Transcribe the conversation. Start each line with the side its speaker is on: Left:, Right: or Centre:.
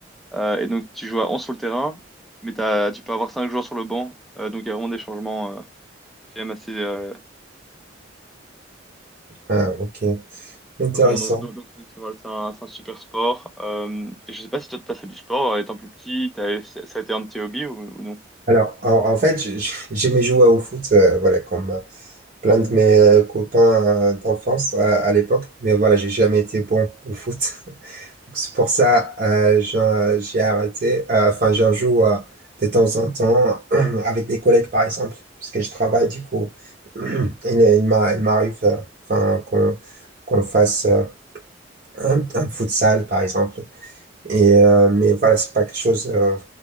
Centre: Euh, et donc tu joues à 11 sur le terrain, mais t'as, tu peux avoir 5 joueurs sur le banc. Euh, donc il y a vraiment des changements euh, quand même assez... euh,
Right: Ah, ok, intéressant.
Centre: bon, donc, donc- donc, c'est voilà, c'est un, c'est un super sport. Euh, et je sais pas si toi t'as fait du sport euh, étant plus petit, t'as, ça a été un de tes hobbies ou, ou non?
Right: Alors, en, en fait, j- j- j'aimais jouer au foot, euh, voilà, comme euh, plein de mes euh, copains euh, d'enfance à, à l'époque, mais voilà, j'ai jamais été bon au foot. Donc, C'est pour ça euh, j'en- j'ai arrêté. Euh, Enfin, j'en joue euh, de temps en temps <clears throat> avec des collègues, par exemple, parce que je travaille du coup. <clears throat> Il, il m'a- il m'arrive euh, enfin, qu'on qu'on fasse euh, un, un futsal, par exemple. Et, euh, mais voilà, c'est pas quelque chose euh,